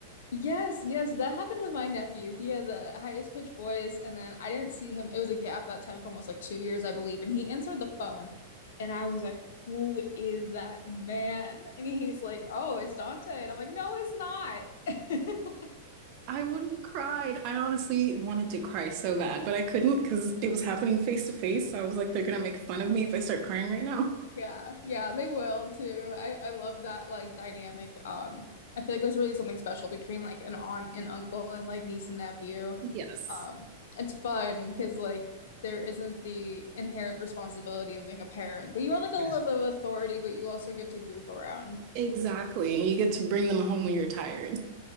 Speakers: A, on the left (about 65°); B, on the right (about 45°).
A: Yes, yes, that happened with my nephew. He had the highest pitched voice, and then I didn't see him. It was a gap that time for almost like two years, I believe. And he answered the phone, and I was like, "Who is that man?" And he's like, "Oh, it's Dante." And I'm like, "No, it's not." <laughs>
B: I would have cried. I honestly wanted to cry so bad, but I couldn't because it was happening face to face. So I was like, they're gonna make fun of me if I start crying right now.
A: Yeah, yeah, they will too. I I love that like dynamic. Um, I feel like it was really something special between like an aunt and uncle and like niece and nephew.
B: Yes.
A: Um, it's fun because like there isn't the inherent responsibility of being a parent, but you are like a
B: Yeah.
A: little bit of authority, but you also get to goof around.
B: Exactly. And You get to bring them home when you're tired.